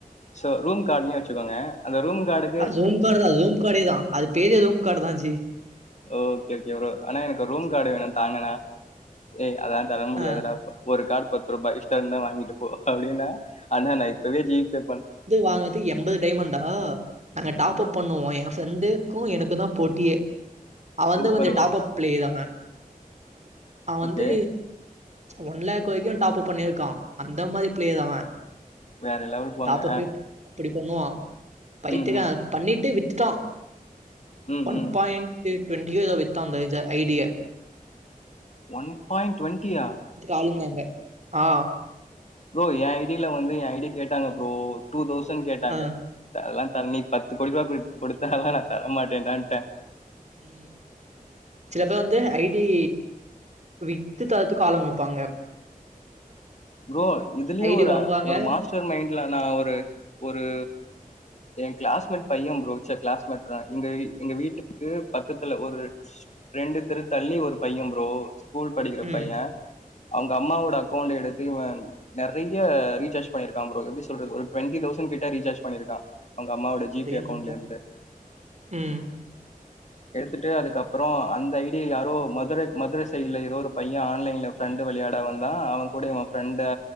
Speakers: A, on the left; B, on the right.
A: ஸோ ரூம் கார்டுனே வச்சுக்கோங்க அந்த ரூம் காடு
B: அது ஜூம் காடு தா ஜூம் காடே தான் அது பேரே ஜூம் காடு தா ஜீ
A: ஓகே ஓகே ஆனா எனக்கு ரூம் காடு வேணு தாங்கனா ஏய் அதா தர முடியாதுடா
B: ஆ.
A: ஒரு காடு பத்து ரூபா இஷ்டொ இருந்தா வாங்கிட்டு போ அப்டின்னா அண்ணா நா இப்பவே ஜிபே பண்
B: வாங்குனது எம்பது டைமண்டா நாங்க டாப் அப் பண்ணுவோ எ ஃப்ரெண்டு க்கு எனக்குந்தா போட்டியே அவன்
A: சூப்பர்
B: வந்து கொஞ்சொ டாப் அப் பிளேயர் அவெ அவ வந்து
A: ஓகே
B: ஒன் லேக் வரிக்கு டாப் அப் பண்ணிருக்கா அந்த மாரி பிளேயர் அவெ
A: வேற லெவல் போங்க
B: டாப் அப்பே அப்டி பண்ணுவா பைத்திகார
A: ம் ம்
B: பண்ணிட்டு வித்துட்டா
A: ம்
B: ஒன்
A: ம்
B: பாய்ண்ட்டு டுவெண்ட்டியோ எதோ வித்தா இந்த ஐஜ ஐடிய
A: ஒன் பாய்ண்ட் டுவெண்ட்டியா
B: ஆளுந்தாங்க ஆ
A: ப்ரோ எ ஐடில வந்து எ ஐடி கேட்டாங்க ப்ரோ டூ தௌசண் கேட்டாங்க
B: அ.
A: அதெல்லா தர நீ பத்து கோடி ருவா குடு கொடுத்தாலு நா தர மாட்டேன்டான்ட்டே
B: ம் சில பேர் வந்து ஐடி வித்து தரத்துக்கு ஆளுங்க இருப்பாங்க
A: ப்ரோ இதுலயே
B: ஐடி
A: ஒரு
B: வாங்குவாங்க.
A: ஒரு மாஸ்டர் மைண்ட்ல நா ஒரு ஒரு எ கிளாஸ்மேட் பையெ ப்ரோ ச்ச கிளாஸ்மட் ரே எங்க எங்க வீட்டுக்கு பக்கத்துல ஒரு ரெண்டு தெரு தள்ளி ஒரு பையெ ப்ரோ ஸ்கூல் படிக்கிற
B: ம்.
A: பையே அவுங்கம்மாவோட அக்கவுண்ட் எடுத் து இவன் நெறையா ரீசார்ஜ் பண்ணிருக்கா ப்ரோ எப்டி சொல்றது ஒரு ட்வெண்டி தௌசண்ட் கிட்ட ரீசார்ஜ் பண்ணிருக்கா அவுங்கம்மாவோட ஜிபே
B: அடேங்கப்பா!
A: அக்கௌண்ட்லருந்து
B: ம்.
A: எடுத்துட்டு அதுக்கப்றோ அந்த ஐடிய யாரோ மதுர மதுர சைல எதோ ஒரு பையே ஆன்லைன்ல ஃப்ரெண்டு விளையாட வந்தா அவங்க கூட இவே ஃப்ரெண்டா